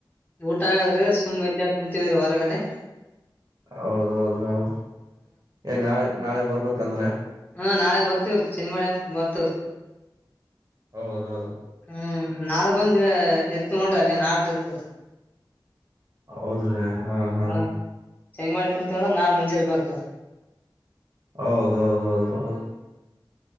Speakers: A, on the left; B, on the right.
A: ಊಟ ಆಗಾದ್ರೆ ಸುಮ್ಮ್ ಇಲ್ಲೆ ಕುಂತೀವರಿ ಹೊರಗಡೆ.
B: ಹೌದೌದ ಹೌದು ಏ ನಾಳೆ ನಾಳೆ ಬರ್ಬೇಕಂದ್ರೆ.
A: ಹಾ ನಾಳೆ ಬರ್ತವ್ರಿ ಚೇಜ್ ಮಾಡ್ಯಾಕ್ ಬರ್ತವ್ರಿ.
B: ಹೌದ ಹೌದು.
A: ಹ್ಮ್ ನಾಳೆ ಬಂದ್ ಇರ್ತವಿ ನೋಡ್ರಿ ಅಲ್ಲಿ ನಾಡದ ಇರ್ತವ್ರ.
B: ಹೌದ್ರಿ ಹಾ ಹಾ
A: ಹ್ಮ್. ಚೆಂಜ್ ಮಾಡಿ ಕುಂತೀವಂದ್ರ ನಾಳೆ ಮುಂಜೆಲೆ ಬರ್ತೇವ ರಿ
B: ಹೌದೌಹೌದೌಹೌದೌದು